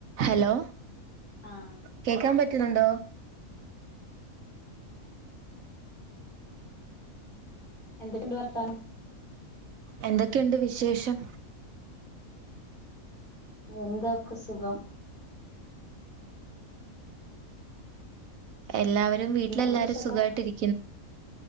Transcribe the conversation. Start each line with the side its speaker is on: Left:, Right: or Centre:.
Right: ഹലോ
Left: ആഹ്
Right: കേക്കാൻ പറ്റുന്നുണ്ടോ
Left: എന്തെക്കെയുണ്ട് വർത്താനം
Right: എന്തൊക്കെയുണ്ട് വിശേഷം
Left: എല്ലാർക്കും സുഖം
Right: എല്ലാവരും വീട്ടിലെല്ലാവാരും
Left: എന്താ വിശേഷത്താ
Right: സുഖമായിട്ടിരി